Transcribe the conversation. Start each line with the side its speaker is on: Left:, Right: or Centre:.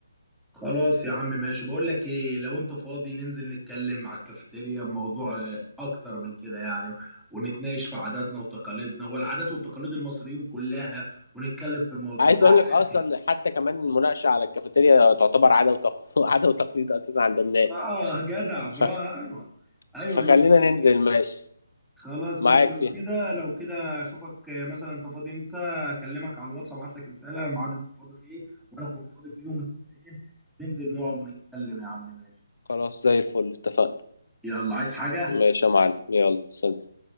Centre: خلاص يا عم ماشي بقول لك إيه لو أنت فاضي ننزل نتكلم على الكافيتيريا بموضوع آه، أكتر من كده يعني ونتناقش في عاداتنا وتقاليدنا والعادات والتقاليد المصريين كلها ونتكلم في الموضوع
Left: عايز
Centre: ده
Left: اقول
Centre: إيه
Left: لك
Centre: رأيك
Left: اصلا
Centre: إيه؟
Left: حتى كمان المناقشة على الكافيتيريا تعتبر عادة وتق... <laughs> عادة وتقليد اساسا عند الناس
Centre: آه جدع برا
Left: فخ...
Centre: أيوه أيوه
Left: فخلينا
Centre: اللي أنت تنزل
Left: ننزل ماشي
Centre: خلاص
Left: معاك
Centre: ماشي لو
Left: فيها
Centre: كده لو كده اشوفك مثلا انت فاضي امتى اكلمك على الواتس ابعت لك رساله ميعاد انت فاضي فيه وانا اكون فاضي فيه ومتفقين ننزل نقعد ونتكلم يا عم ماشي
Left: خلاص زي الفل اتفقنا
Centre: يلا عايز حاجه
Left: ماشي يا معلم يلا سلام